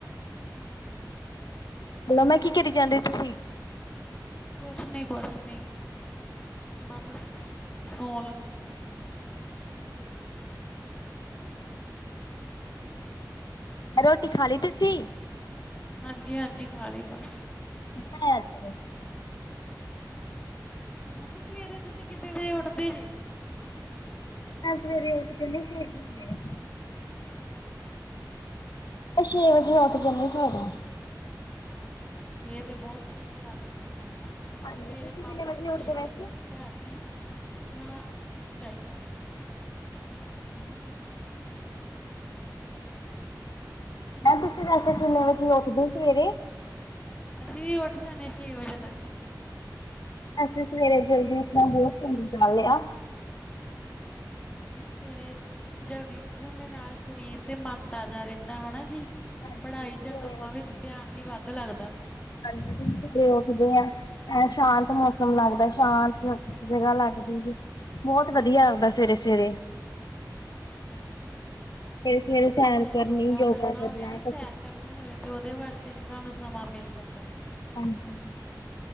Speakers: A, on the left; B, on the left.
A: ਬਲੋ ਮੈਂ ਕੀ ਕਰੀ ਜਾਂਦੇ ਤੁਸੀਂ
B: ਕੁੱਛ ਨੀ ਕੁੱਛ ਨੀ ਬਸ ਸੋਣ ਲੱਗੇ। ਹੈਲੋ
A: ਰੋਟੀ ਖਾ ਲੀ ਤੁਸੀ
B: ਹਾਂਜੀ-ਹਾਂਜੀ ਖਾ ਲੀ ਬਸ
A: ਕੀ ਬਣਾਇਆ ਅੱਜ
B: ਮੈਂ ਕਾ ਸਵੇਰੇ ਤੁਸੀਂ ਕਿੰਨੇ ਵਜੇ ਉੱਠਦੇ ਜੇ।
A: ਮੈਂ ਸਵੇਰੇ ਉੱਠ ਜਨੀ ਛੇ ਕ ਵਜੇ। ਮੈਂ
B: ਹਾਂਜੀ
A: ਮੈਂ ਛੇ ਵਜੇ ਉੱਠ ਜਾਂਨੀ ਸਵੇਰੇ
B: ਹਾਂਜੀ-ਹਾਂਜੀ ਏ ਤੇ ਬੋਤ ਚੰਗੀ ਆਦਤ ਹੈਗੀ ਆ ਨਾ।
A: ਹਾਂਜੀ
B: ਸਵੇਰੇ
A: ਤੁਸੀਂ
B: ਪੰਜ
A: ਕਿੰਨੇ
B: ਤੋਂ ਛੇ
A: ਉੱਠਦੇ ਵੈਸੇ
B: ਵਜੇ ਦੇ ਵਿਚਕਾਰ ਈ ਉੱਠਣਾ ਚਾਹੀਦਾ ਵਾ।
A: <unintelligible>
B: ਹੈਲੋ।
A: ਮੈਮ ਤੁਸੀਂ ਵੈਸੇ ਕਿੰਨੇ ਵਜੇ ਉੱਠਦੇ ਸਵੇਰੇ?
B: ਅਸੀਂ ਵੀ ਉੱਠ ਜਾਂਨੇ ਆਂ ਛੇ ਵਜੇ ਤੱਕ।
A: ਅਸੀਂ ਸਵੇਰੇ ਜਲਦੀ ਇਨਾ ਬੋ ਚੰਗੀ ਗੱਲ ਲਿਆ।
B: ਹਾਂਜੀ ਬਿਲਕੁੱਲ? <unintelligible> ਜੀ ਸਵੇਰੇ ਜਲਦੀ ਉੱਠਣ ਦੇ ਨਾਲ ਸਰੀਰ ਤੇ ਮਨ ਤਾਜ਼ਾ ਰੈਂਦਾ ਹਨਾ ਜੀ।
A: ਹਾਂਜੀ
B: ਪੜ੍ਹਾਈ
A: ਸਵੇਰੇ
B: ਜਾਂ ਕੰਮਾਂ ਵਿੱਚ ਧਿਆਨ ਵੀ ਵੱਧ ਲੱਗਦਾ।
A: ਹਾਂਜੀਰੇ <unintelligible> ਉੱਠਦੇ ਆ ਐ ਸ਼ਾਂਤ ਮੌਸਮ ਲੱਗਦਾ ਸ਼ਾਂਤ ਜਗਾ ਲੱਗਦੀ ਏ <unintelligible> ਬਹੁਤ ਵਧੀਆ ਆਗਦਾ ਸਵੇਰੇ-ਸਵੇਰੇ
B: ਹਾਂਜੀ-ਹਾਂਜੀ
A: ਸਵੇਰੇ-ਸਵੇਰੇ
B: ਕੋਈ ਕਸਰਤ
A: ਸੈਰ
B: ਯਾਂ
A: ਕਰਨੀ,
B: ਯੋਗਾ ਕਰਨਾ ਹੋਵੇ ਨਾ
A: ਕਸਰਤ
B: ਸੈਰ ਕਰ <unintelligible> ਹੋਵੇ ਤੇ ਓਦੇ ਵਾਸਤੇ ਵੀ ਸਾਨੂੰ ਸਮਾਂ ਮਿਲ ਜਾਂਦਾ।
A: ਹਾਂਜੀ।